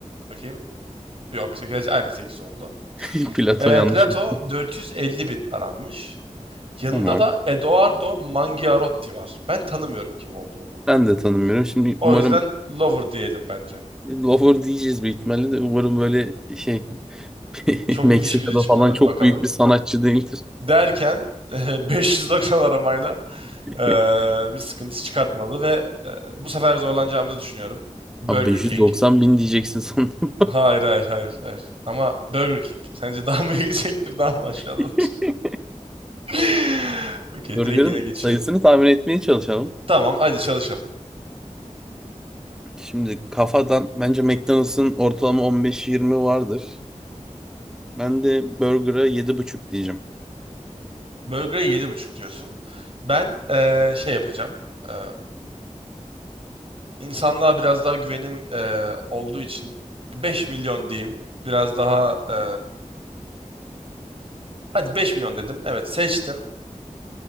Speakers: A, on the right; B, in the centre.
A: Bakayım. Yok sekiz, Aynen 8 oldu.
B: <laughs> Plato
A: Ee,
B: yanlış
A: Plato
B: mı?
A: 450 bin aranmış. Yanında
B: Tamam.
A: da Edoardo Mangiarotti var. Ben tanımıyorum kim olduğunu.
B: Ben de tanımıyorum. Şimdi
A: O
B: umarım
A: yüzden lover diyelim bence.
B: lover diyeceğiz büyük ihtimalle de umarım böyle şey <laughs>
A: Çok
B: Meksika'da
A: niş biri çıkmadı.
B: falan
A: Hadi
B: çok
A: bakalım.
B: büyük bir sanatçı değildir.
A: derken <laughs> 590 aramayla
B: <laughs>
A: e, bir sıkıntı çıkartmadı ve e, bu sefer zorlanacağımızı düşünüyorum. Burger
B: Abi 590
A: King.
B: bin diyeceksin sandım.
A: Hayır hayır hayır hayır. Ama Burger King. Sence daha mı <laughs> yüksektir daha mı aşağıdadır?
B: <laughs>
A: <laughs> Okey
B: Burger'ın
A: direkt yine geçiyorum.
B: sayısını tahmin etmeye çalışalım.
A: Tamam hadi çalışalım.
B: Şimdi kafadan bence McDonald's'ın ortalama 15-20 vardır. Ben de Burger'a 7,5 diyeceğim.
A: Burger'e 7,5 diyorsun. Ben e, şey yapacağım. E, insanlığa biraz daha güvenim e, olduğu için 5 milyon diyeyim. Biraz daha e, hadi 5 milyon dedim. Evet seçtim.